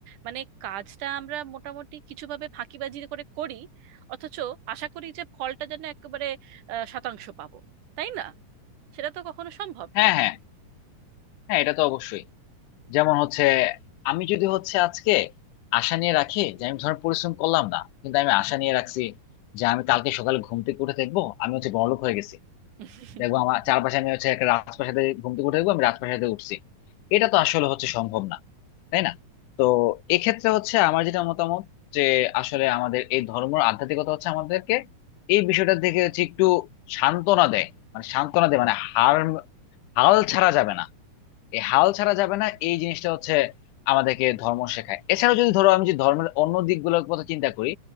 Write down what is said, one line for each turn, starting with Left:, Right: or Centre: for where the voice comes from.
Right: মানে কাজটা আমরা মোটামুটি কিছুভাবে ফাঁকিবাজি করে করি অথচ আশা করি যে ফলটা যেন একেবারে আহ, শতাংশ পাবো তাই না সেটা তো কখনো সম্ভব
Left: হ্যাঁ
Right: নয়
Left: হ্যাঁ হ্যাঁ এটা তো অবশ্যই যেমন হচ্ছে আমি যদি হচ্ছে আজকে আশা নিয়ে রাখি যে আমি ধর পরিশ্রম করলাম না কিন্তু আমি আশা নিয়ে রাখছি যে আমি কালকে সকালে ঘুম থেকে উঠে দেখবো আমি হচ্ছে বড়লোক হয়ে গেছি
Right: <laughs>
Left: দেখবো আমার চারপাশে আমি হচ্ছে একটা রাজপ্রাসাদে ঘুম থেকে উঠে দেখবো আমি রাজপ্রাসাদে উঠছি এটা তো আসলে হচ্ছে সম্ভব না তাই না তো এক্ষেত্রে হচ্ছে আমার যেটা মতামত যে আসলে আমাদের এই ধর্ম আর আধ্যাত্মিকতা হচ্ছে আমাদেরকে এই বিষয়টার দিকে হচ্ছে একটু সান্ত্বনা দেয় মানে সান্ত্বনা দেয় মানে হার হাল ছাড়া যাবে না এই হাল ছাড়া যাবে না এই জিনিসটা হচ্ছে আমাদেরকে ধর্ম শেখায় এছাড়াও যদি ধরো আমি যদি ধর্মের অন্য দিকগুলোর কথা চিন্তা করি